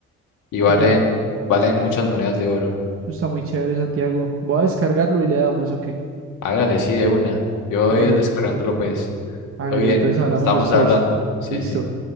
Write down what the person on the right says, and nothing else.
Mira,
eso está muy chévere, Santiago. Voy a descargarlo y le damos, ok.
Hágale.
Hágale,
entonces hablamos
después.
Listo.